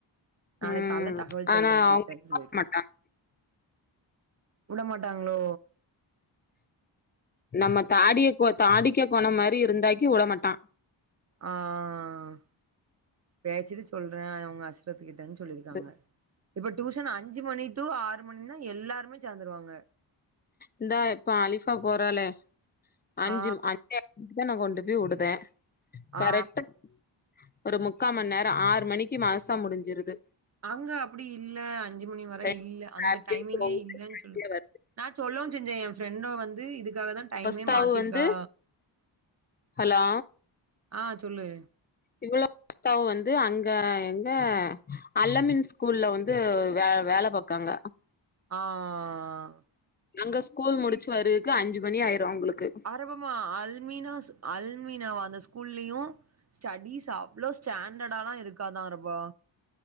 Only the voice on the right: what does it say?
நாளைக்கால
தகவல் சொல்ற
டீச்சர்ன்னு சொல்லியிருக்காங்க
உடமாட்டாங்களோ
ஆ ஆ ஆ பேசிட்டு சொல்ற உங்க அஸ் ரத்துக்கிட்டன் சொல்லிருக்காங்க
இப்ப டியூஷன் அஞ்சு மணி டூ ஆறு மணின்னா எல்லாருமே சேந்துருவாங்க
ஆ
ஆ
அங்க அப்டி இல்ல அஞ்சு மணி
வர இல்ல அந்த
டைமிங்கே
இல்லன் சொல் நா சொல்லவு செஞ்சே எ ஃப்ரெண்டு வந்து இதுக்காக தா டைமே
மாத்திருக்கா
ஆ சொல்லு
ஆ ஆ ஆ ஆ ஆ
அரபமா அல்மீனாஸ் அல்மீனாவா அந்த ஸ்கூல்லயு ஸ்டடிஸ் அவ்ளோ ஸ்டாண்டர்டாலா இருக்காதா அரபா